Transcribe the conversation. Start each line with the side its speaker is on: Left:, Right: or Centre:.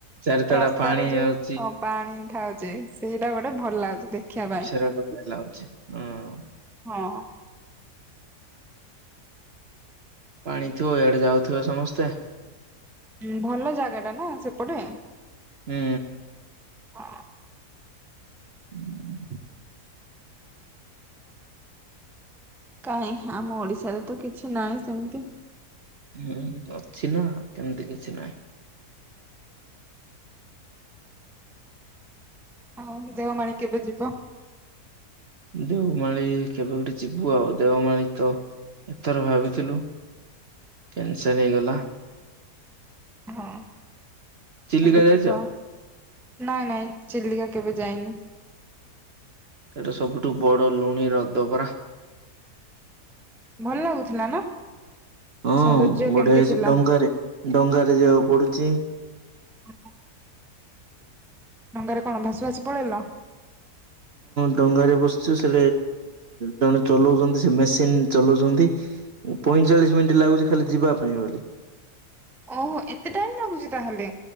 Right: ଚାରିତଡା
Centre: ରାସ୍ତାରେ
Right: ପାଣି
Centre: ଯୋଉ
Right: ଆଉଛି
Centre: ପାଣି ଖାଉଛି ସେଇଟା ଗୋଟେ ଭଲ ଲାଗୁଛି ଦେଖିବା ପାଇଁ
Right: ସେରାଟୋ ଲାଗୁଛି ହଁ
Centre: ହଁ।
Right: ପାଣିଥିବ ଏଇଆଡେ ଯାଉଥିବେ ସମସ୍ତେ
Centre: ହ ଭଲ ଜାଗା ଟା ନା ସେପଟେ।
Right: ହୁଁ।
Centre: ହଁ।
Right: ହୁଁ।
Centre: କାହିଁ ଆମ ଓଡିଶାରେ ତ କିଛି ନାହିଁ ସେମିତି।
Right: ହୁଁ ଅଛି ନା କେମିତି କିଛି ନାହିଁ।
Centre: ଆଉ ଦେଓମାଣୀ କେବେ ଯିବ?
Right: ଦେଓମାଳି କେବେ ଗୋଟେ ଯିବୁ ଆଉ ଦେଓମାଳି ତ ଏଥର ଭାବିଥିଲୁ କ୍ୟାନସଲ ହେଇଗଲା।
Centre: ହଁ।
Right: ଚିଲିକା
Centre: କେବେ
Right: ଯାଇଛ?
Centre: ଯିବ ନାଇଁ ନାଇଁ ଚିଲିକା କେବେ ଯାଇନି।
Right: ସେଇଟା ସବୁଠୁ ବଡ ଲୁଣି ରଦ ପରା।
Centre: ଭଲ ଲାଗୁଥିଲା ନା?
Right: ହଁ
Centre: ସୌନ୍ଦର୍ଯ୍ୟ
Right: ବଢିଆ
Centre: କେମିତି
Right: ହେଇଛି
Centre: ଥିଲା?
Right: ଟଙ୍ଗାରେ ଡଙ୍ଗାରେ ଯିବାକୁ ପଡୁଛି।
Centre: <inaudible> ଡଙ୍ଗାରେ କଣ ଭାସ ଭାସି ପଳେଇଲ।
Right: ଡଙ୍ଗରେ ବସିଛୁ ସେ ଜଣେ ଚଲଉଛନ୍ତି ସେ ମେସିନ ଚଲଉଛନ୍ତି। ପଇଁଚାଳିଶ ମିନିଟ୍ ଲାଗୁଛି ଖାଲି ଯିବା ପାଇଁ ବୋଲି।
Centre: ଓହୋ ଏତେ ଟାଇମ ଲାଗୁଛି ତାହେଲେ।